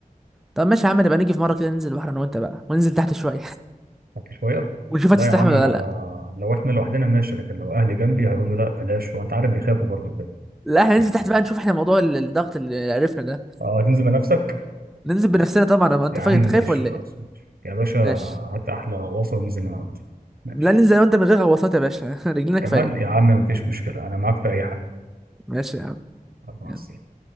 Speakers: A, in the centre; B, on the right.
A: طب ماشي يا عم نبقى نيجي في مرة كده ننزل البحر انا وانت بقى وننزل تحت شوية <laughs>
B: بعد شوية
A: ونشوف هتستحمل
B: لا يا عم
A: ولا
B: أنا
A: لا
B: لو إحنا لوحدنا ماشي لكن لو أهلي جنبي هيقولوا لا بلاش وأنت عارف بيخافوا برضه كده
A: لا احنا ننزل
B: <laughs>
A: تحت بقى نشوف احنا موضوع ال- الضغط اللي عرفنا ده
B: أه هتنزل بنفسك
A: ننزل بنفسنا طبعا أما انت
B: يا
A: فاكر
B: عم ماشي
A: انت خايف ولا
B: خلاص
A: ايه
B: ماشي يا باشا
A: ماشي
B: هات أحلى غواصة وننزل نقعد ماشي
A: لا ننزل انا وانت من غير غواصات يا باشا <laughs> رجلينا كفاية
B: كمان يا عم مفيش مشكلة أنا معاك في أي حاجة
A: ماشي يا عم
B: مع
A: يلا.
B: السلامة